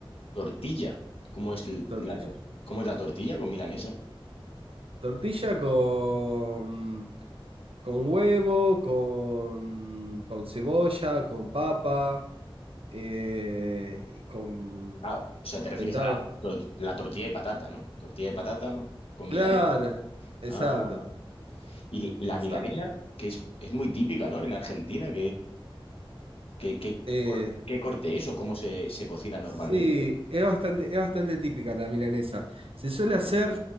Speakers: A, on the left (about 80°); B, on the right (about 75°).
A: Tortilla. ¿Cómo es l-
B: Tortilla.
A: la, tor- cómo es la tortilla con milanesa?
B: Tortilla con, con huevo, con, con cebolla, con papa, eh, y con...
A: Ah, o sea, te
B: Inventado.
A: refieres a la, tor- la tortilla de patata, ¿no? Tortilla de patata, ¿no? Con
B: Claro,
A: milanesa.
B: exacto,
A: Ah, y la
B: exacto.
A: milanesa, que es, es muy típica, ¿no? En Argentina, ¿Qué, qué
B: Eh,
A: cor- qué corte es o cómo se, se cocina normalmente?
B: Sí, es bastante, es bastante típica la milanesa. Se suele hacer